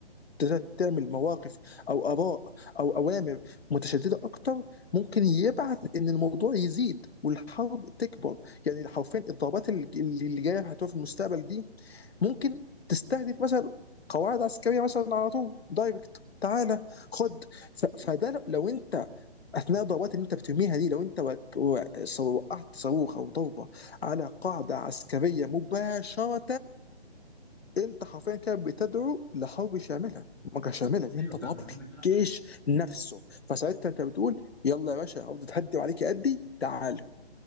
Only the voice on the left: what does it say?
تقدر تعمل مواقف او اراء او اوامر متشدده اكتر ممكن يبعث ان الموضوع يزيد والحرب تكبر يعني حرفيا الضربات اللي اللي جايه هتبقى في المستقبل دي ممكن تستهدف مثلا قواعد عسكريه مثلا على طول دايركت تعالى خد ف- فده لو لو انت اثناء الضربات اللي انت بترميها دي لو انت وك- و- صو- وقعت صاروخ او ضربه على قاعده عسكريه مباشره انت حرفيا كده بتدعو لحرب شامله مجر شامله اللي
انت
ضربت
الجيش نفسه فساعتها انت بتقول يلا يا باشا ارض تهدي وعليك قدي تعالوا